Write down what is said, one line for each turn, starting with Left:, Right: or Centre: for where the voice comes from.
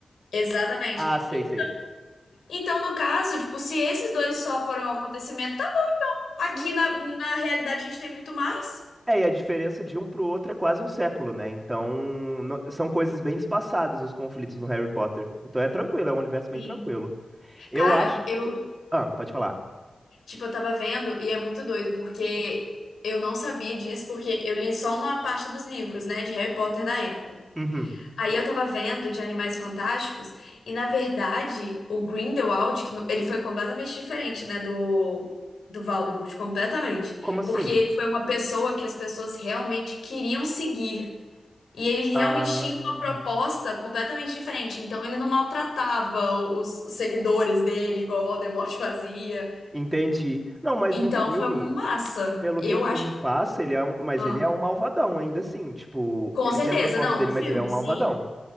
Left: Exatamente.
Right: Ah, sei,
Left: Então,
Right: sei.
Left: então, no caso, tipo, se esses dois só foram um acontecimento, tá- aqui
Right: Sim,
Left: na, na realidade a gente tem muito mais.
Right: É, e a diferença de um pro outro é quase um século, né? Então, no- são coisas bem espaçadas os conflitos no Harry Potter. Então é tranquilo, é um universo bem
Left: Sim.
Right: tranquilo. Eu
Left: Cara,
Right: acho que.
Left: eu.
Right: Ah, pode falar.
Left: Tipo, eu tava vendo e é muito doido, porque eu não sabia disso, porque eu li só uma parte dos livros, né, de Harry Potter na época.
Right: Uhum.
Left: Aí eu tava vendo de Animais Fantásticos e, na verdade, o Grindelwald, que no- ele foi completamente diferente, né, do, do Voldemort, completamente.
Right: Como assim?
Left: Porque ele foi uma pessoa que as pessoas realmente queriam seguir. E ele realmente
Right: Ah,
Left: tinha uma proposta completamente diferente. Então, ele não maltratava o- os os seguidores dele, igual o Voldemort fazia.
Right: entendi. Não, mas
Left: Então
Right: no filme,
Left: foi um massa.
Right: pelo
Left: Eu
Right: que o filme
Left: acho.
Right: passa, ele é um... mas
Left: Ah,
Right: ele é um malvadão ainda assim. Tipo,
Left: com
Right: ele
Left: certeza,
Right: tem a proposta
Left: não,
Right: dele,
Left: no filme,
Right: mas ele é um malvadão.
Left: sim.